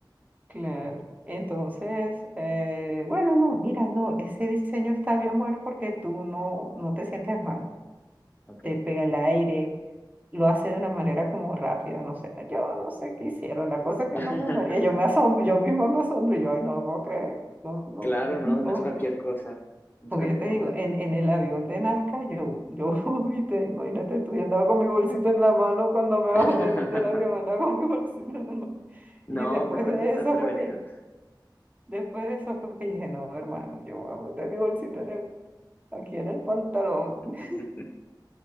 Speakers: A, on the right (about 20°); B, on the left (about 25°).
A: Claro. Entonces, eh, bueno, no, mira, no, ese diseño está bien bueno porque tú no, no te sientes mal,
B: Ok.
A: te pega el aire, lo hace de una manera como rápida, no sé, yo no sé qué hicieron, la cosa es que
B: <laughs>
A: no me maría, yo me asombro, yo mismo me asombro, yo, ay, no lo puedo creer, no, no,
B: Claro, no, no
A: no,
B: es cualquier cosa. No
A: porque
B: es cualquier
A: yo te
B: cosa.
A: digo, en, en el avión de Nazca, yo, yo <laughs> vomité, imagínate, tú, yo andaba con mi bolsito en la mano cuando me bajé
B: <laughs>
A: del, del avión, andaba con mi bolsito en la mano,
B: No,
A: y después
B: mejor
A: de
B: es estar
A: eso
B: prevenidos.
A: fue que... Después de eso fue que dije, no, hermano, yo voy a meter mi bolsita en el- aquí en el pantalón.
B: <laughs>
A: <laughs>